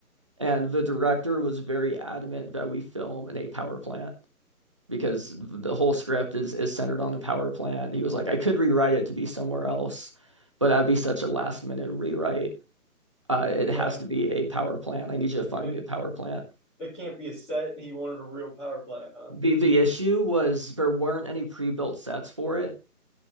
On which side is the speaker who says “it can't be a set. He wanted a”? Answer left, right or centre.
Centre